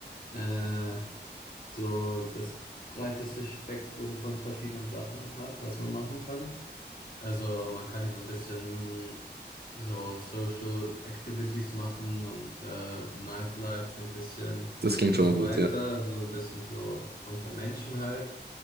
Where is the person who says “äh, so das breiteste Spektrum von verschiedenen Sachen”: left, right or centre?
Left